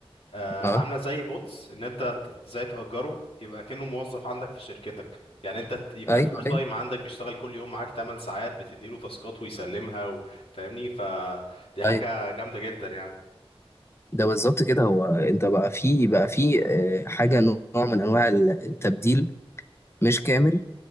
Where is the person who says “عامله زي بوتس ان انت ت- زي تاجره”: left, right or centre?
Left